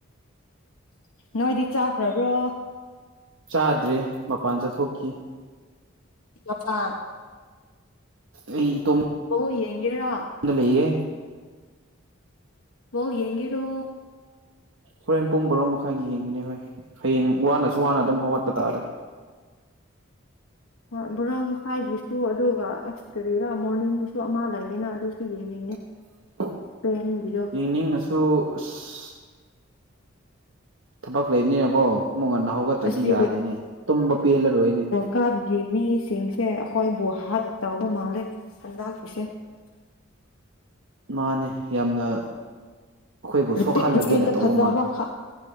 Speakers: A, on the left (about 85°); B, on the right (about 65°).
A: ꯅꯣꯏꯗꯤ ꯆꯥꯈ꯭ꯔꯕ꯭ꯔꯣ
B: ꯆꯥꯗ꯭ꯔꯦ ꯃꯄꯥꯟ ꯆꯠꯊꯣꯛꯈꯤ
A: ꯃꯄꯥꯥꯟ
B: ꯑꯩ ꯏꯇꯣꯝ
A: ꯃꯋꯣ ꯌꯦꯡꯒꯦꯔꯥ
B: ꯗ ꯂꯩꯌꯦ
A: ꯃꯋꯣ ꯌꯦꯡꯒꯦꯔꯣ
B: ꯍꯣꯔꯦꯟ ꯄꯨꯡ ꯕꯔꯣ ꯃꯈꯥꯏꯒꯤ ꯌꯦꯡꯒꯅꯤ ꯍꯣꯏ ꯍꯌꯦꯡ ꯋꯥꯅꯁꯨ ꯋꯥꯅ ꯑꯗꯨꯝ ꯍꯧꯒꯠꯄ ꯇꯥꯔꯦ
A: ꯍꯣꯏ ꯕꯣꯔꯥ ꯃꯈꯥꯏꯒꯤꯁꯨ ꯑꯗꯨꯒ ꯑꯁ ꯀꯔꯤꯔꯥ ꯃꯣꯔꯅꯤꯡꯗꯨꯁꯨ ꯑꯃ ꯂꯩꯌꯦꯅ ꯑꯗꯨꯁꯨ ꯌꯦꯡꯅꯤꯡꯉꯦ
B: <inaudible>
A: ꯄꯦꯡꯒꯤꯗꯣ
B: ꯌꯦꯡꯅꯤꯡꯉꯁꯨ ꯑꯁ ꯊꯕꯛ ꯂꯩꯕꯅꯤꯅꯀꯣ ꯑꯃꯨꯛ ꯉꯟꯅ ꯍꯧꯒꯠꯇ꯭ꯔꯗꯤ
A: ꯑꯁꯤ
B: ꯌꯥꯗꯦꯅꯦ ꯇꯨꯝꯕ ꯄꯦꯜꯂꯔꯣꯏꯅꯦ
A: ꯀꯥꯞꯗꯤ ꯃꯤꯁꯤꯡꯁꯦ ꯑꯩꯈꯣꯏꯕꯨ ꯍꯥꯠ ꯇꯧꯕ ꯃꯥꯜꯂꯦ ꯍꯟꯗꯥꯛꯄꯤꯁꯦ
B: ꯃꯥꯅꯦ ꯌꯥꯝꯅ ꯑꯩꯈꯣꯏꯕꯨ
A: ꯔꯤꯄꯤꯠ
B: ꯁꯣꯛꯍꯜꯂꯒꯦꯅ
A: ꯔꯤꯄꯤꯠꯇ
B: ꯇꯧꯕ
A: ꯐꯖꯕ
B: ꯃꯥꯜꯂꯦ
A: ꯈꯥꯛ